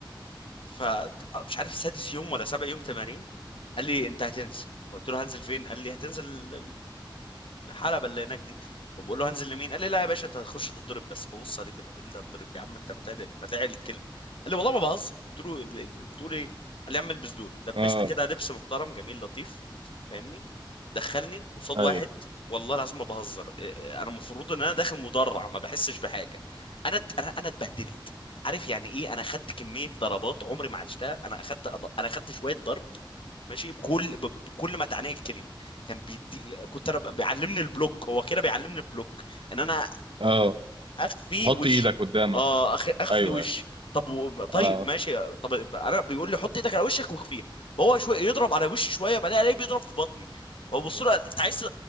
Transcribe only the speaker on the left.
فمش عارف سادس يوم ولا سابع يوم تمارين قال لي انت هتنزل قلت له هنزل فين قال لي هتنزل ال- الحلبة اللي هناك دي وبقول له هنزل لمين قال لي لا يا باشا انت هتخش تتضرب بس ببص عليه كده الا تضرب يا عم انت بتعدل بتعدل الكلمه قال لي والله ما بهزر قلت له ال- ال- بتقول ايه قال لي يا عم البس دول لبسني
كده لبس محترم جميل لطيف فاهمني دخلني قصاد
واحد والله العظيم ما بهزر إيه، انا المفروض ان انا داخل مدرع ما بحسش بحاجه انا ات- انا أنا اتبهدلت عارف يعني ايه انا اخدت كميه ضربات عمري ما عشتها انا اخدت أض- انا اخدت شويه ضرب ماشي بكل ب- بكل ما تعنيه الكلمه كان بيدي كنت انا ب- بيعلمني البلوك هو كده بيعلمني البلوك ان انا
اخفي
وشي
اه أخ... اخفي
وشي
طب و... طيب
ماشي طب انا بيقول لي حط ايدك على وشك واخفيها فهو شويه يضرب على وشي شويه بعدين الاقيه بيضرب في بطني وابص له انت عايز